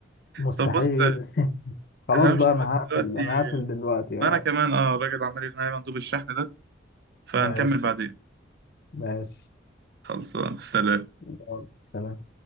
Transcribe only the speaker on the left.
مستحيل
<laughs> خلاص
بقى انا
هقفل
انا هقفل دلوقتي
اه
ماشي
ماشي
يلا سلام